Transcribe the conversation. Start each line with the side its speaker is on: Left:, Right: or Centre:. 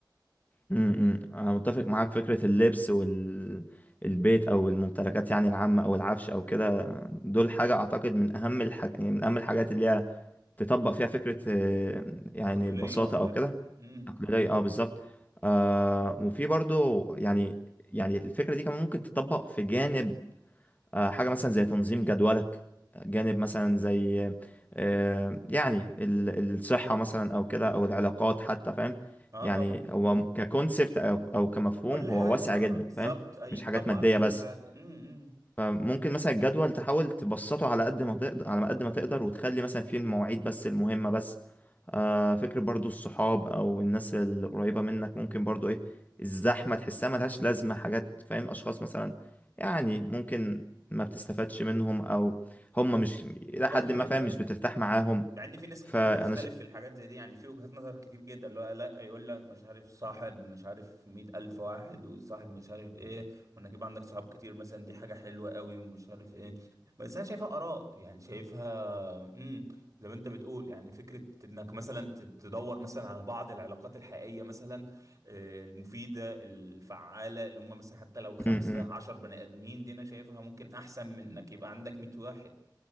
Left: امم انا متفق معاك فكرة اللبس والبيت او الممتلكات يعني العامة او العفش او كده دول حاجة اعتقد من اهم الحاج... يعني من اهم الحاجات اللي هي تطبق فيها فكرة آه، يعني
Right: تقليديه
Left: البساطة
Right: او كده
Left: او كده
Right: امم
Left: اقليدية اه بالظبط آه وفي برضو يعني يعني الفكرة دي كمان ممكن تطبق في جانب آه، حاجة مثلا زي تنظيم جدولك جانب مثلا زي آه، يعني ال- الصحة مثلا أو كده أو العلاقات حتى فاهم
Right: اه
Left: يعني
Right: طبعا
Left: هو ككونسبت أو أو كمفهوم
Right: كل
Left: هو
Right: حاجة
Left: واسع
Right: اه
Left: جدا
Right: بالظبط
Left: فاهم
Right: اي
Left: مش
Right: يتطبق
Left: حاجات مادية
Right: على كل
Left: بس
Right: حاجة امم إمم،
Left: فممكن مثلا الجدول تحاول تبسطه على قد ما تقدر على ما قد ما تقدر وتخلي مثلا فيه المواعيد بس المهمة بس آه فكرة برضو الصحاب او الناس القريبة منك ممكن برضو ايه الزحمة تحسها ملهاش لازمة حاجات فاهم اشخاص مثلا يعني ممكن ما بتستفادش منهم او هم مش الى
Right: فاهمك
Left: حد ما فاهم
Right: اي
Left: مش بترتاح معاهم
Right: مع ان في ناس كتير
Left: فانا
Right: بتختلف
Left: ش...
Right: في الحاجات زي دي يعني في وجهات نظر كتير جدا اللي هو لا يقول لك مش عارف صاحب مش عارف مية ألف واحد وصاحب مش عارف ايه وانك يبقى عندك صحاب كتير مثلا دي حاجة حلوة قوي ومش عارف ايه بس انا شايفها آراء يعني شايفها امم زي ما انت بتقول يعني فكرة انك مثلا ت- تدور مثلا على بعض العلاقات الحقيقية مثلا آه، المفيدة الفعالة اللي هم مثلا حتى لو خمسة
Left: م -م.
Right: عشر بني آدمين دي انا شايفها ممكن احسن من انك يبقى عندك مية واحد